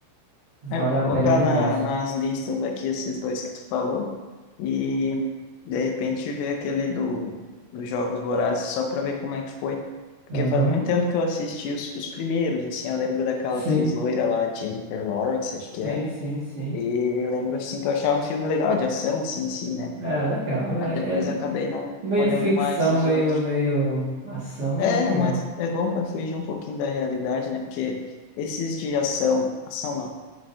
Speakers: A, on the right; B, on the left.
A: vale
B: É, eu vou
A: a
B: colocar
A: pena demais.
B: na, nas listas aqui esses dois que tu falou e de repente ver aquele do, dos Jogos Vorazes só para ver como é que foi. Porque
A: Aham.
B: faz muito tempo que eu assisti os, os primeiros, assim, eu lembro daquela
A: Sim,
B: atriz loira lá, Jennifer Lawrence, acho que
A: sim,
B: é.
A: sim, sim.
B: E lembro, assim, que eu achava um filme legal de ação, assim, em si, né?
A: É legal. É,
B: Mas depois
A: ele
B: acabei
A: é
B: não
A: meio
B: olhando
A: ficção,
B: mais os
A: meio,
B: outros.
A: meio ação,
B: É,
A: é legal.
B: mas é bom para fugir um pouquinho da realidade, né? Porque esses de ação, ação não.